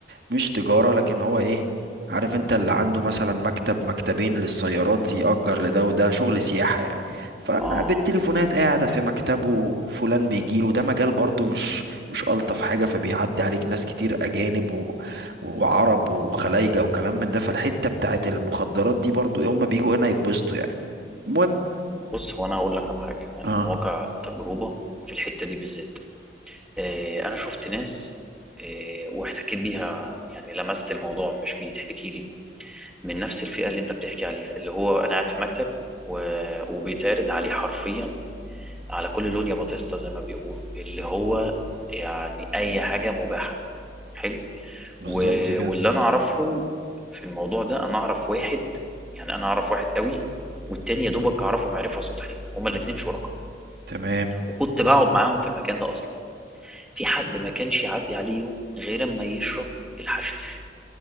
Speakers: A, on the right (about 60°); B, in the centre.
A: مش تجارة لكن هو ايه عارف انت اللي عنده مثلا مكتب مكتبين للسيارات يأجر لده وده شغل سياحة يعني فبالتليفونات
B: اه
A: قاعدة في مكتبه فلان بيجيله ده مجال برضو مش مش ألطف حاجة فبيعدي عليك ناس كتير أجانب و... وعرب وخلايجة وكلام من ده فالحتة بتاعت المخدرات دي برضو ايه هما بيجوا هنا يتبسطوا يعني المهم
B: بص هو انا هقول لك على حاجة يعني
A: اه
B: من واقع التجربة في الحتة دي بالذات آه انا شفت ناس آه واحتكيت بيها يعني لمست الموضوع مش بيتحكي لي من نفس الفئة اللي انت بتحكي عليها اللي هو انا قاعد في مكتب و... وبيتعرض عليه حرفيا على كل لون يا باتيستا زي ما بيقولوا اللي هو يعني اي حاجة مباحة حلو
A: بالظبط
B: و-
A: كده
B: واللي انا اعرفهم في الموضوع ده انا اعرف واحد يعني انا اعرف واحد قوي والتاني يا دوبك اعرفه معرفه سطحيه هما الاتنين شركاء
A: تمام
B: وكنت بقعد معاهم في المكان ده اصلا في حد ما كانش يعدي عليه يوم غير اما يشرب الحشيش